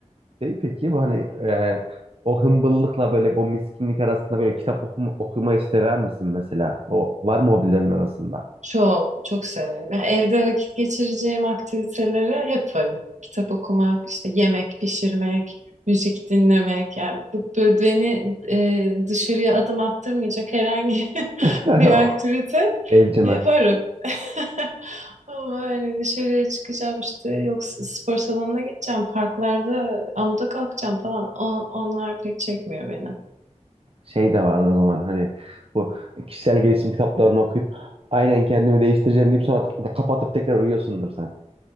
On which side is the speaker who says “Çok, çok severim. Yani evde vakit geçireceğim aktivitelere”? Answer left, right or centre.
Right